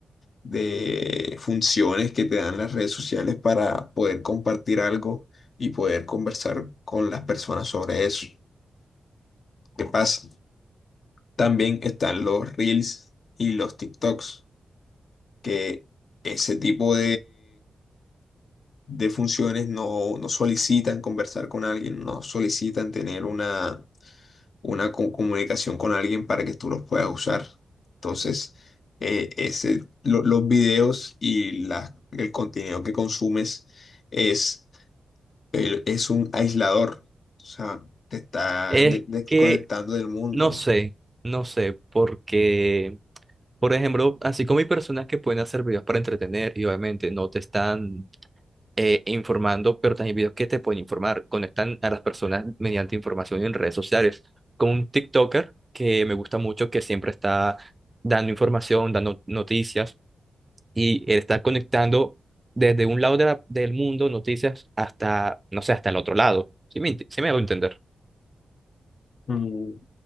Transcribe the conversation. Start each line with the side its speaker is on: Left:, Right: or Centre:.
Left: de funciones que te dan las redes sociales para poder compartir algo y poder conversar con las personas sobre eso. ¿Qué pasa? También están los Reels y los TikToks, que ese tipo de funciones no, no solicitan conversar con alguien, no solicitan tener una, una co- comunicación con alguien para que tú los puedas usar. Entonces, eh, ese, lo- los videos y la- el contenido que consumes es, el- es un aislador, o sea, te está
Right: Es
Left: de- desconectando
Right: que
Left: del mundo.
Right: no sé, no sé, porque, por ejemplo, así como hay personas que pueden hacer videos para entretener y obviamente no te están eh, informando, pero también hay videos que te pueden informar, conectan a las personas mediante información en redes sociales, como un TikToker que me gusta mucho, que siempre está dando información, dando noticias. y él está conectando desde un lado de la- del mundo noticias hasta, no sé, hasta el otro lado. ¿Sí me, int- sí me hago entender?
Left: Mm.